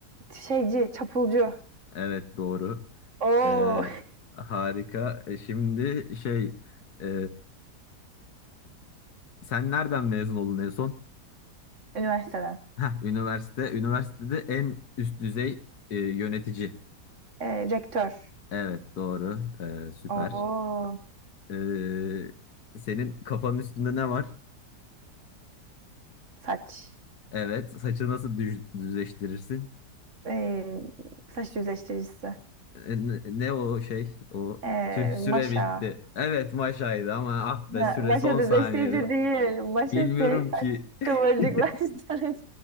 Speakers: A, on the right; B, on the left.
A: şeyci, çapulcu.
B: Evet doğru.
A: Oo.
B: E, harika. E, Şimdi şey e, Sen nereden mezun oldun en son?
A: <laughs> Üniversiteden.
B: Heh, üniversite. Üniversitede en üst düzey e, yönetici.
A: Ee, rektör.
B: Evet doğru. E, süper.
A: Oo.
B: E, senin kafanın üstünde ne var?
A: Saç.
B: Evet. Saçı nasıl düz- düzleştirirsin?
A: Ee, saç düzleştiricisi.
B: E, ne, ne o şey? O
A: Ee,
B: tüh süre
A: Maşa.
B: bitti.
A: Ma-
B: Evet maşaydı ama ah be
A: Ha,
B: süre
A: maşa
B: son
A: düzleştirici
B: saniyede.
A: değil. Maşa
B: Bilmiyorum
A: se- saç
B: ki.
A: kıvırcıklaştırıcı.
B: <laughs>